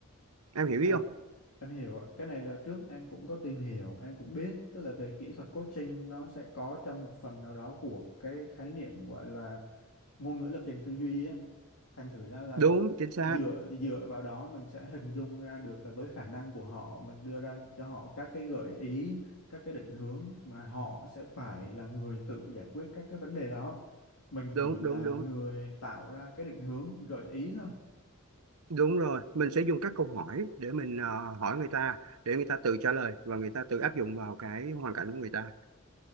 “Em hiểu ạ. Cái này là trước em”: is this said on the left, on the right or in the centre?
Left